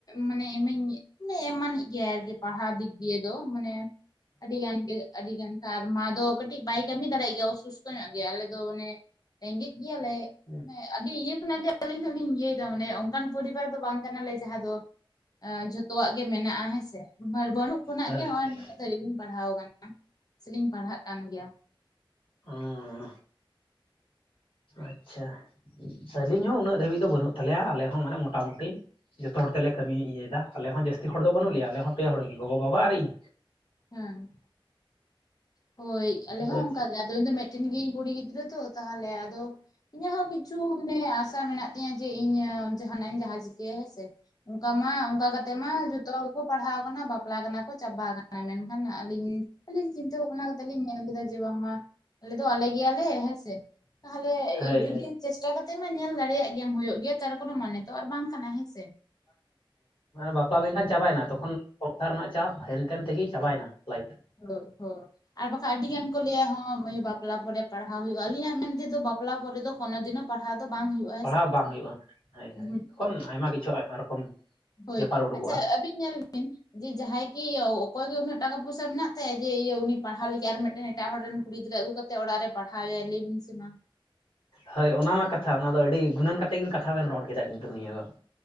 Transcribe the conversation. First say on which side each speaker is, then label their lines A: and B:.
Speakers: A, on the left; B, on the left.
A: ᱢᱟᱱᱮ ᱮᱢᱟᱹᱧ ᱢᱟᱱᱮ <unintelligible> ᱮᱢᱟᱱᱤᱡ ᱜᱮᱭᱟᱭ ᱟᱨᱠᱤ ᱯᱟᱲᱦᱟᱣ ᱫᱤᱠ ᱫᱤᱭᱮᱼᱼ ᱫᱚ ᱢᱟᱱᱮ ᱟᱹᱰᱤ ᱜᱟᱱ ᱜᱮ ᱟᱹᱰᱤ ᱜᱟᱱ ᱢᱟ <unintelligible> ᱟᱫᱚ ᱠᱟᱹᱴᱤᱡ ᱵᱟᱭ ᱠᱟᱹᱢᱤ ᱫᱟᱲᱮᱭᱟᱜ ᱜᱮᱭᱟ ᱚᱥᱩᱥᱛᱷᱚ ᱧᱚᱜ ᱜᱮᱭᱟ ᱟᱞᱮ ᱫᱚ ᱚᱱᱮ ᱨᱮᱸᱜᱮᱡ ᱼᱼ ᱜᱮᱭᱟᱞᱮ
B: ᱦᱳᱭ
A: ᱟᱹᱰᱤ <unintelligible> ᱤᱭᱟᱹ ᱚᱱᱟ ᱜᱮ ᱟᱹᱞᱤᱧ ᱦᱚᱞᱤᱧ ᱤᱭᱟᱹᱭᱫᱟ ᱢᱟᱱᱮ ᱚᱱᱠᱟᱱ ᱯᱚᱨᱤᱵᱟᱨ ᱫᱚ ᱵᱟᱝ ᱠᱟᱱᱟᱞᱮ ᱡᱟᱦᱟᱸ ᱫᱚ ᱼᱼ ᱡᱷᱚᱛᱚᱣᱟᱜ ᱜᱮ ᱢᱮᱱᱟᱜᱼᱟ ᱦᱮᱸᱥᱮ ᱵᱟᱹᱱᱩᱜ ᱠᱷᱚᱱᱟᱜ
B: ᱦᱳᱭ
A: ᱜᱮ ᱱᱚᱜ ᱚᱭ
B: ᱦᱳᱭ
A: ᱱᱩᱱᱟᱹᱜ ᱫᱷᱟᱹᱨᱤᱡ ᱞᱤᱧ ᱯᱟᱲᱦᱟᱣ ᱟᱠᱟᱱᱟ ᱥᱮᱞᱤᱧ ᱯᱟᱲᱦᱟᱜ ᱠᱟᱱ ᱜᱮᱭᱟ
B: ᱦᱚᱸ ᱟᱪᱪᱷᱟ ᱥᱟᱞᱤᱧ ᱦᱚᱸ ᱩᱱᱟᱹᱜ ᱫᱷᱟᱹᱵᱤᱡ ᱫᱚ ᱵᱟᱹᱱᱩᱜ ᱛᱟᱞᱮᱭᱟ ᱟᱞᱮ ᱦᱚᱸ ᱢᱟᱱᱮ ᱢᱚᱴᱟᱢᱩᱴᱤ ᱡᱚᱛᱚ ᱦᱚᱲ ᱛᱮᱞᱮ ᱠᱟᱹᱢᱤ ᱤᱭᱟᱹᱭᱮᱫᱟ ᱟᱞᱮ ᱦᱚᱸ ᱡᱟᱹᱥᱛᱤ ᱦᱚᱲ ᱫᱚ ᱵᱟᱹᱱᱩᱜ ᱞᱮᱭᱟ ᱟᱞᱮ ᱦᱚᱸ ᱯᱮ ᱦᱚᱲᱜᱮ ᱜᱚᱜᱚᱼᱵᱟᱵᱟ ᱟᱨ ᱤᱧ
A: ᱦᱮᱸ ᱦᱳᱭ ᱟᱞᱮ
B: ᱟᱫᱚ
A: ᱦᱚᱸ
B: ᱪᱮᱫ
A: ᱚᱱᱠᱟᱜᱮ ᱟᱫᱚ ᱤᱧ ᱫᱚ ᱢᱤᱫᱴᱮᱱ ᱜᱤᱭᱟᱹᱤᱧ ᱠᱩᱲᱤ ᱜᱤᱫᱽᱨᱟᱹ ᱛᱚ ᱛᱟᱦᱚᱞᱮ ᱟᱫᱚ ᱼᱼ ᱤᱱᱟᱹ ᱦᱚᱸ ᱠᱤᱪᱷᱩ ᱢᱟᱱᱮ ᱼᱼ ᱢᱮᱱᱟᱜ ᱛᱤᱧᱟᱹ ᱡᱮ ᱤᱧ ᱡᱟᱦᱟᱱᱟᱜ ᱤᱧ ᱡᱟᱦᱟᱸ ᱪᱤᱠᱟᱹᱭᱟ ᱦᱮᱸ ᱥᱮ ᱚᱱᱠᱟ ᱢᱟ ᱚᱱᱠᱟ ᱠᱟᱛᱮ ᱢᱟ ᱡᱚᱛᱚ ᱦᱚᱲ ᱜᱮᱠᱚ ᱯᱟᱲᱦᱟᱣ ᱟᱠᱟᱱᱟ ᱵᱟᱯᱞᱟ ᱠᱟᱱᱟ ᱠᱚ ᱪᱟᱵᱟ ᱟᱠᱟᱱᱟ ᱢᱮᱱᱠᱷᱟᱱ ᱟᱹᱞᱤᱧ ᱟᱹᱞᱤᱧ ᱪᱤᱱ <unintelligible> ᱠᱟᱛᱮᱫ ᱞᱤᱧ ᱧᱮᱞ ᱞᱮᱫᱟ ᱡᱮ ᱵᱟᱝᱢᱟ ᱟᱞᱮ ᱫᱚ ᱟᱞᱮ ᱜᱮᱭᱟᱞᱮ ᱦᱮᱸᱥᱮ ᱛᱟᱦᱚᱞᱮ
B: ᱦᱳᱭ
A: ᱡᱩᱫᱤ
B: ᱦᱳᱭ
A: ᱪᱮᱥᱴᱟ ᱠᱟᱛᱮᱜ ᱢᱟ ᱧᱮᱞ ᱫᱟᱲᱮᱭᱟᱜ ᱜᱮᱭᱟᱢ ᱦᱩᱭᱩᱜ ᱜᱮᱭᱟ ᱛᱟᱨ ᱠᱳᱱᱳ ᱢᱟᱱᱮ ᱛᱚ ᱟᱨ ᱵᱟᱝ ᱠᱟᱱᱟ ᱦᱮᱸ ᱥᱮ
B: ᱵᱟᱯᱞᱟ ᱞᱮᱱᱠᱷᱟᱱ ᱪᱟᱵᱟᱭᱮᱱᱟ ᱛᱚᱠᱷᱚᱱ ᱥᱚᱝᱥᱟᱨ ᱨᱮᱱᱟᱜ ᱪᱟᱯ ᱦᱮᱱᱛᱮᱱ ᱛᱮᱜᱮ ᱪᱟᱵᱟᱭᱮᱱᱟ <unintelligible>
A: ᱦᱳᱭ ᱦᱳᱭ ᱟᱨ ᱵᱟᱠᱷᱟᱱ ᱟᱹᱰᱤ ᱜᱟᱱ ᱠᱚ ᱞᱟᱹᱭᱟ ᱦᱚᱸ ᱢᱟᱹᱭᱩ <unintelligible> ᱵᱟᱯᱞᱟ ᱯᱚᱨᱮ ᱯᱟᱲᱦᱟᱣ ᱦᱩᱭᱩᱜᱼᱟ ᱛᱚ ᱟᱹᱞᱤᱧᱟᱜ ᱢᱮᱱᱛᱮᱮᱫ ᱵᱟᱯᱞᱟ ᱯᱚᱨᱮ ᱫᱚ ᱠᱚᱱᱳ ᱫᱤᱱ ᱦᱚ ᱯᱟᱲᱦᱟᱣ ᱫᱚ ᱵᱟᱝ ᱦᱩᱭᱩᱜᱼᱟ ᱦᱮᱸ
B: ᱯᱟᱲᱦᱟᱣ
A: ᱥᱮ
B: ᱵᱟᱝ ᱦᱩᱭᱩᱜᱼᱟ ᱦᱳ ᱦᱳ
A: ᱩᱸᱦᱩᱜ
B: ᱛᱚᱠᱷᱚᱱ ᱟᱭᱢᱟ ᱠᱤᱪᱷᱩ ᱟᱭᱢᱟ ᱨᱚᱠᱚᱢ
A: ᱦᱳᱭ
B: ᱵᱮᱯᱟᱨ ᱩᱰᱩᱠᱚᱜᱼᱟ
A: ᱟᱪᱪᱷᱟ ᱟᱹᱵᱤᱱ ᱧᱮᱞ ᱵᱤᱱ ᱡᱮ ᱡᱟᱦᱟᱸᱭ ᱠᱤ ᱚᱠᱚᱭ ᱜᱮ ᱩᱱᱟᱹᱜ ᱴᱟᱠᱟ ᱯᱩᱭᱥᱟᱹ ᱢᱮᱱᱟᱜ ᱛᱟᱭᱟ ᱡᱮ ᱤᱭᱟᱹ ᱩᱱᱤ ᱯᱟᱲᱦᱟᱣ ᱞᱟᱹᱜᱤᱫ ᱟᱨ ᱢᱤᱫᱴᱮᱱ ᱮᱴᱟᱜ ᱦᱚᱲ ᱨᱮᱱ ᱠᱩᱲᱤ ᱜᱤᱫᱽᱨᱟᱹ ᱟᱹᱜᱩ ᱠᱟᱛᱮ ᱚᱲᱟᱜ ᱨᱮ ᱯᱟᱲᱦᱟᱣ ᱮᱭᱟᱭ ᱞᱟᱹᱭ ᱢᱮᱥᱮ ᱢᱟ <inaudible>
B: ᱦᱳᱭ ᱚᱱᱟ ᱢᱟ ᱠᱟᱛᱷᱟ ᱚᱱᱟ ᱫᱚ ᱟᱹᱰᱤ ᱜᱩᱱᱟᱹᱱ ᱠᱟᱛᱮ ᱜᱤ ᱠᱟᱛᱷᱟ ᱵᱮᱱ ᱨᱚᱲ ᱠᱮᱫᱟ ᱠᱤᱱᱛᱩ ᱱᱤᱭᱟᱹ ᱫᱚ ᱼᱼ